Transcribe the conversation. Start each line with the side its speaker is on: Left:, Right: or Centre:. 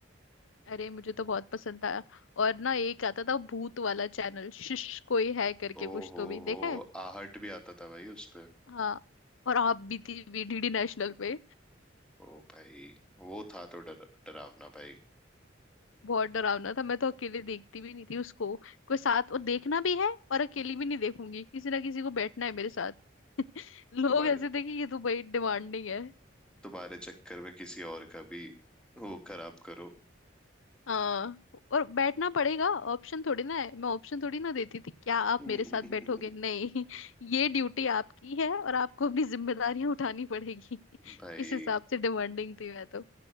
Left: अरे मुझे तो बहुत पसंद था और ना एक आता था भूत वाला चैनल शिश कोई है करके
Centre: ओ
Left: कुछ
Centre: हो
Left: तो भी देखा
Centre: हो
Left: है
Centre: आहट भी आता था भाई उस पे
Left: हाँ और आप बीती भी डीडी नेशनल पे
Centre: ओ भाई वो था तो डर डरावना भाई
Left: बहुत डरावना था मैं तो अकेले देखती भी नहीं थी उसको कोई साथ और देखना भी है और अकेली
Centre: <laughs>
Left: भी नहीं देखूंगी किसी ना किसी को बैठना है मेरे साथ <laughs> लोग
Centre: तुम्हारे
Left: ऐसे थे कि ये तो भाई डिमांडिंग है
Centre: तुम्हारे चक्कर में किसी और का भी वो खराब करो
Left: हाँ और बैठना पड़ेगा ऑप्शन थोड़ी ना है मैं ऑप्शन थोड़ी ना देती थी क्या आप
Centre: <laughs>
Left: मेरे साथ बैठोगे नहीं <laughs> ये ड्यूटी आपकी है और आपको अपनी जिम्मेदारियां उठानी पड़ेगी
Centre: भाई
Left: <laughs> इस हिसाब से डिमांडिंग थी मैं तो